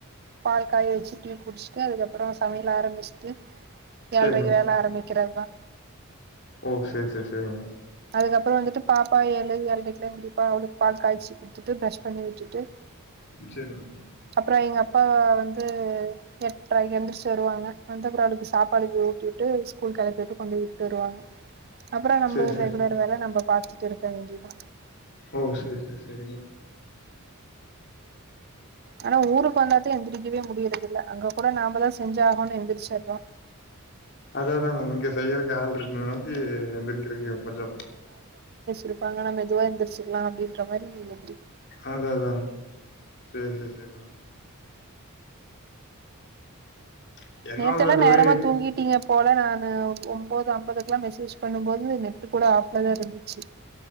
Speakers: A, on the right; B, on the left.
A: பால் காய வச்சு ட்டு குடுஸ்ட்டு அதுக்கப்புறோ சமையல் ஆரமிஸ்ட்டு
B: சேரிங்க
A: ஏழ்ரைக்கு வேல ஆரமிக்கிறதா
B: ஓ சேர் சேர் செரிங்க
A: அதுக்கப்புறோ வந்துட்டு பாப்பா ஏழு ஏழ்ரைக்குதா எந்திரிப்பா அவளுக்கு பால் காய்ச்சி குடுத்துட்டு பிரஷ் பண்ணி விட்டுட்டு
B: சேர்மா
A: அப்றோ எங்க அப்பா வந்து எட்ரக்கி எந்திருச்சு வருவாங்க வந்து அப்புறோ அவளுக்கு சாப்பாடு ஊட்டிவுட்டு ஸ்கூல்க் கெளப்பிட்டு கொண்டுபோய் உட்டு வருவாங்க அப்பறோ நம்ப
B: சேரி சேரி
A: ரெகுலர் வேல நம்ப பாத்துட்டிருக்க வேண்டிதா
B: ஓ சேர் சேர் செரிங்க
A: ஆனா ஊருக் வந்தாத்தா எந்திரிக்கவே முடியறதுல்ல அங்க கூட நாம்பதா செஞ்சாகுன் எந்திச்சிர்றோ
B: அதா அதாங்க இங்க செய்யறக்கு ஆள்ட்ருக்குங்காட்டி எந்திரிக்கிறீங்க கொஞ்சோ
A: இருப்பாங்க நா மெதுவா எந்துர்ச்சுக்குலா அப்டின்ற மாரி இல்ல
B: அது அதாங் செரி செரி செரிங்க ம் என்னோட
A: நேத்தெல்லா
B: டொயட்
A: நேரமா தூங்கிட்டீங்க போல நானு ஒன்போது அம்பதுக்குல்லாம் மெசேஜ் பண்ணும்போது நெட்டு கூட ஆஃப்ல தா இருந்துச்சு